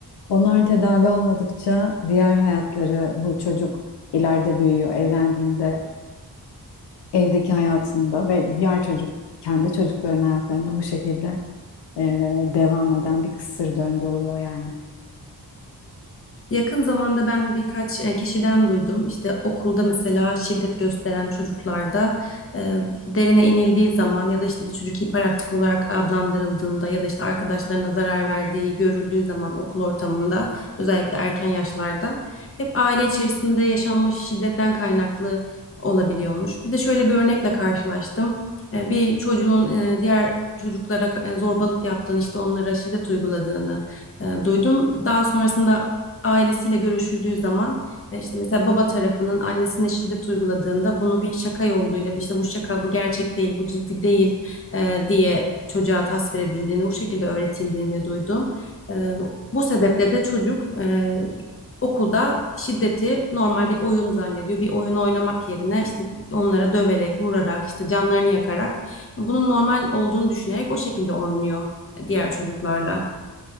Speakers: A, on the left (about 75°); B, on the left (about 35°).
A: Onlar tedavi olmadıkça diğer hayatları bu çocuk ileride büyüyor, evlendiğinde evdeki hayatında ve diğer çocuk kendi çocukların hayatlarında bu şekilde e, devam eden bir kısır döngü oluyor yani.
B: Yakın zamanda ben birkaç e, kişiden duydum. İşte okulda mesela şiddet gösteren çocuklarda e, derine inildiği zaman ya da işte bir çocuk hiperaktif olarak adlandırıldığında ya da işte arkadaşlarına zarar verdiği görüldüğü zaman okul ortamında özellikle erken yaşlarda hep aile içerisinde yaşanmış şiddetten kaynaklı olabiliyormuş. Bir de şöyle bir örnekle karşılaştım. E, Bir çocuğun e, diğer çocuklara e, zorbalık yaptığını işte onlara şiddet uyguladığını e, duydum. Daha sonrasında ailesiyle görüşüldüğü zaman e, işte mesela baba tarafının annesine şiddet uyguladığında bunu bir şaka yoluyla işte bu şaka bu gerçek değil bu ciddi değil e, diye çocuğa tasvir edildiğini bu şekilde öğretildiğini duydum. E, bu sebeple de çocuk e, okulda şiddeti normal bir oyun zannediyor. Bir oyun oynamak yerine işte onlara döverek, vurarak, işte canlarını yakarak bunun normal olduğunu düşünerek o şekilde oynuyor diğer çocuklarla.